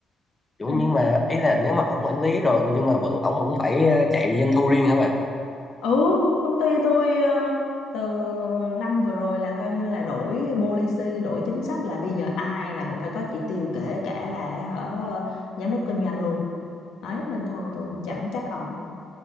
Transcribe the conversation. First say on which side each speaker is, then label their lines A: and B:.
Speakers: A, on the left (about 20°); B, on the left (about 80°).
A: Chủ
B: nên
A: nhưng mà ý là nếu mà ổng quản lý rồi mà- nhưng mà vẫn ổng vẫn phải ờ, chạy doanh thu riêng hả bà
B: ừ công ty tôi ờ, từ năm vừa rồi là coi như là đổi policy đổi chính sách là bây giờ ai là cũng phải có chỉ tiêu kể cả là hở giám đốc kinh doanh luôn đấy nên thôi tôi cũng chẳng trách ổng